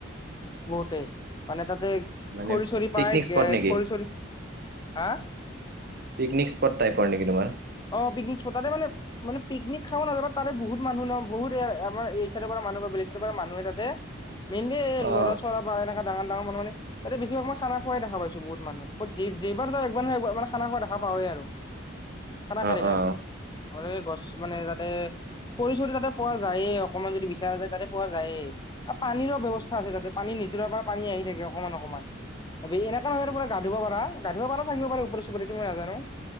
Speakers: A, on the left; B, on the right.
A: বহুতে মানে তাত
B: মানে
A: খৰিচৰি
B: পিকনিক
A: পায় গে
B: স্পট নেকি
A: খৰিচৰি হা
B: পিকনিক স্পট টাইপৰ নেকি তোমাৰ।
A: অ পিকনিক স্পট তাতে মানে পিকনিক খাব নাযায়া তাতে বহুত মানুহ ন বহুত আমাৰ এই চাইডৰ পৰা মানুহ বা বিলিচৰ পৰা মানুহে তাতে মেইনলি এই
B: অ
A: ল'ৰা বা এনেকোৱ ডাঙৰ ডাঙৰ মানুহ মানে তাতে বেছিভাগ মই খানা খোৱাই দেখা পাইছোঁ বহুত। মানুহ ক'ত যেইবাৰ যাওঁ একবাৰ নহয় একেবাৰ‌ মানে খানা খোৱা দেখা পাওৱে আৰু। খানা খাই
B: অ
A: থাকে
B: অ
A: ইয়াতে মানে গছ মানে তাতে খৰি চৰি তাতে পোৱা যায়ে অকণমান যদি বিচাৰ আছে তাতে পোৱা যায়ে। আৰু পানীৰো ব্যৱস্থা আছে তাতে পানী নি জৰাৰ পৰা পানী আহি থাকে অকণমান অকণমান। এনেকা নহয় পুৰা গা ধুব পাৰা গা ধুব পাৰা থাকিব পাৰে ওপৰে চুপৰেটো মই নাজানোঁ।